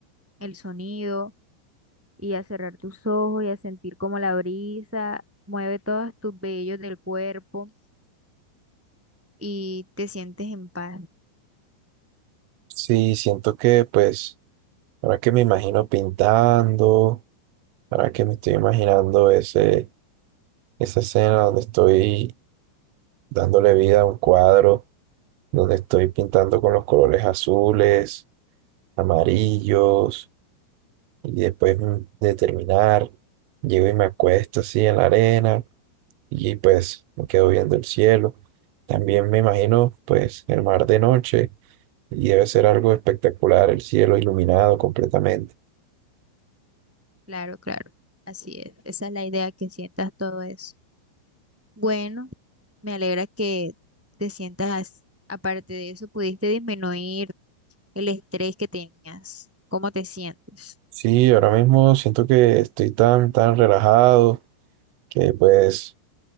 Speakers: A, in the centre; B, on the right.
A: el sonido y a cerrar tus ojos y a sentir como la brisa mueve todos tus vellos del cuerpo y te sientes en paz.
B: Sí, siento que pues ahora que me imagino pintando, ahora que me estoy imaginando ese, esa escena donde estoy dándole vida a un cuadro, donde estoy pintando con los colores azules, amarillos y después mm, de terminar, llego y me acuesto así en la arena y pues me quedo viendo el cielo. También me imagino pues el mar de noche y debe ser algo espectacular, el cielo iluminado completamente.
A: Claro, claro, así es. Esa es la idea, que sientas todo eso. Bueno, me alegra que te sientas así. Aparte de eso, pudiste disminuir el estrés que tenías. ¿Cómo te sientes?
B: Sí, ahora mismo siento que estoy tan, tan relajado que pues